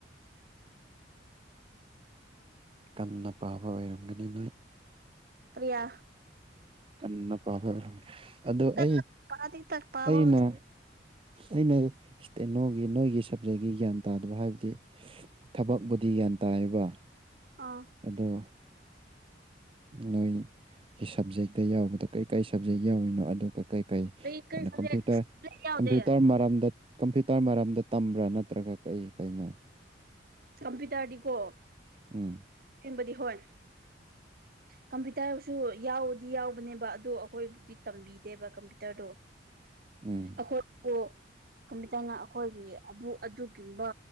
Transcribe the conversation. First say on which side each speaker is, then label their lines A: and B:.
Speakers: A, on the right (about 30°); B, on the right (about 55°).
A: ꯃꯨꯟꯅ ꯄꯥꯕ ꯑꯣꯏꯔꯝꯒꯅꯤ ꯅꯣꯏ
B: ꯀꯔꯤꯌꯥ
A: ꯀꯟꯅ ꯄꯥꯕ ꯑꯣꯏꯔꯝꯒꯅꯤ ꯑꯗꯣ
B: ꯀꯟꯅ
A: ꯑꯩ
B: ꯄꯥꯗꯤ ꯇꯛ ꯄꯥꯕꯕꯨꯗꯤ
A: ꯑꯩꯅ ꯑꯩꯅ ꯏꯁ ꯅꯣꯒꯤ ꯅꯣꯏꯒꯤ ꯁꯞꯖꯦꯛꯀꯤ ꯒ꯭ꯌꯥꯟ ꯇꯥꯗꯕ ꯍꯥꯏꯕꯗꯤ ꯊꯕꯛꯄꯕꯨꯗꯤ ꯒ꯭ꯌꯥꯟ ꯇꯥꯌꯦꯕ
B: ꯑꯥ
A: ꯑꯗꯣ ꯅꯣꯏꯒꯤ ꯁꯕꯖꯦꯛ ꯗ ꯌꯥꯎꯕꯗꯣ ꯀꯩ ꯀꯥꯏ ꯁꯕꯖꯦꯛ ꯌꯥꯎꯔꯤꯅꯣ ꯑꯗꯨ ꯀꯩ ꯀꯩ
B: ꯀꯔꯤ ꯀꯔꯤ
A: ꯑꯗꯨꯅ
B: ꯁꯕꯖꯦꯛ
A: ꯀꯝꯄ꯭ꯌꯨꯇꯔ
B: ꯁꯕꯖꯦꯛ ꯌꯥꯎꯗꯦ
A: ꯀꯝꯄ꯭ꯌꯨꯇꯔ ꯃꯔꯝꯗ ꯀꯝꯄ꯭ꯌꯨꯇꯔ ꯃꯔꯝꯗ ꯇꯝꯕ꯭ꯔꯥ ꯅꯠꯇ꯭ꯔꯒ ꯀꯩ ꯀꯩꯅꯣ
B: ꯀꯝꯄꯤꯇꯥꯔꯗꯤꯀꯣ
A: ꯎꯝ
B: ꯕꯗꯤ ꯍꯣꯏ
A: <unintelligible>
B: ꯀꯝꯄ꯭ꯌꯨꯇꯔꯁꯨ ꯌꯥꯎꯗꯤ ꯌꯥꯎꯕꯅꯦꯕ ꯑꯗꯨꯗ ꯑꯩꯈꯣꯏꯕꯨꯗꯤ ꯇꯝꯕꯤꯗꯦꯕ ꯀꯝꯄ꯭ꯌꯨꯇꯔꯗꯣ
A: ꯎꯝ
B: ꯑꯩꯈꯣꯏꯣ ꯀꯝꯃꯦꯇꯅ ꯑꯩꯈꯣꯏꯒꯤ ꯑꯗꯨꯒꯨꯝꯕ